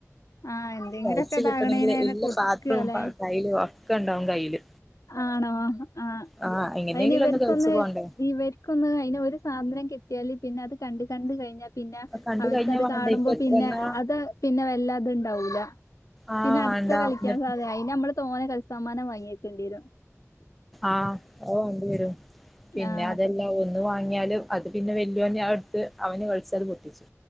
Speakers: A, on the left; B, in the centre.
A: ആഹ് എന്തെങ്കിലുമൊക്കെ
B: കഴച്ച്
A: ഇതാകണേന്
B: കിട്ടണമെങ്കില് എല്ല
A: കൊടുക്കല്ലേ
B: പാത്രവും കൈലു ഒ ഒക്ക ണ്ടാവും കയ്യില്
A: ആണോ ആഹ
B: ആ എങ്ങനെയെങ്കിലും
A: ഐൻ ഇവർക്കൊന്ന്
B: ഒന്ന് കഴിച്ചു പോണ്ടേ
A: ഇവർക്കൊന്ന് അതിനന് ഒരു സാധനം കിട്ട ട്ട്യാൽ പിന്നെ അത് കണ്ട് കണ്ട കഴിഞ്ഞാൽ പിന്നെ
B: കണ്ട്
A: അവർക്ക്ത്
B: കഴിഞ്ഞാ വേണ്ട
A: കാണുമ്പോ
B: ഇപ്പ എത്രണ്ണാ
A: പിന്നെ അത് പിന്നെ വല്ല അത്ണ്ടാവൂല
B: ആ
A: പിന്നെ അടുത്ത
B: വേണ്ട
A: കളിക്കാൻ
B: എന്നിട്ട്
A: സാധ ഐ നമ്മള് തോന്നെ കൾ സമമാനം വാങ്ങയി് ക്കണ്ടിര-
B: ആഹ അ വേണ്ടി വരും പിന്നെ
A: ആഹ്
B: അതെല്ലാം ഒന്ന് വാങ്ങി ങ്ങിയാലും അത് പിന്നെ വെല്യ ൻ അഹ് ടുത്ത് അവന് കളിച്ചത് പൊട്ടിച്ചു